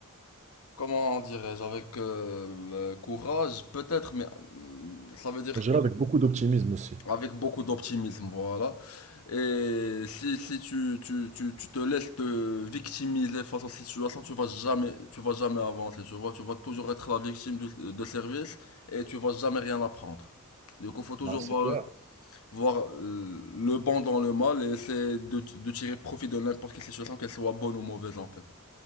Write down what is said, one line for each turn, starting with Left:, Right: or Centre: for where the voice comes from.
Left: comment dirais-je, avec euh, le courage, peut-être, mais euh, ça veut dire
Right: Je dirais
Left: que
Right: avec beaucoup d'optimisme aussi.
Left: avec beaucoup d'optimisme, voilà. Et si, si tu, tu, tu, tu te laisses te victimiser face aux situations, tu vas jamais, tu vas jamais avancer, tu vois. Tu vas toujours être la victime de, de service et tu vas jamais rien apprendre. Du coup, faut toujours
Right: Bah, c'est
Left: voir,
Right: clair.
Left: le- voir euh, le bon dans le mal et essayer de, de tirer profit de n'importe quelle situation, qu'elle soit bonne ou mauvaise, en fait.